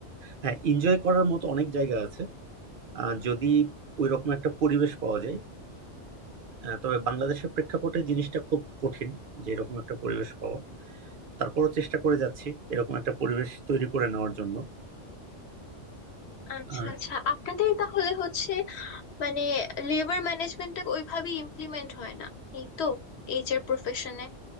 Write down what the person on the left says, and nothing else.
আচ্ছা
আচ্ছা আপনাদের তাহলে হচ্ছে মানে লেবার ম্যানেজমেন্টটা ওইভাবেই ইমপ্লিমেন্ট হয় না এই তো এইচআর প্রফেশনে